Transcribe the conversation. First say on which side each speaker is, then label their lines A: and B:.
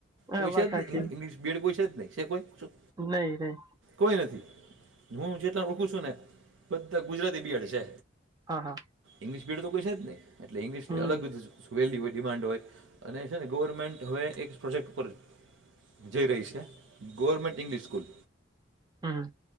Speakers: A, on the right; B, on the right.
A: હા
B: કોઈ છે
A: વાત
B: જ
A: સાચી
B: નહી, ઈંગ્લિશ બીએડ કોઈ છે, જ નહી શ કોઈ શું?
A: નહી નહી
B: કોઈ નથી, હું જેટલા રોખું છું ને, બધા ગુજરાતી બિડ છે.
A: હા, હા.
B: ઈંગ્લિશ બીડ તો કોઈ છે જ નહીં, એટલે ઇંગ્લિશની
A: હમ
B: અલગ સુવેલની હોય, ડિમાન્ડ હોય. અને છે ને, ગવર્મેન્ટ હવે એક પ્રોજેક્ટ ઉપ જ જઈ રહી છે, ગવર્મેન્ટ ઇંગ્લિશ સ્કૂલ.
A: હમ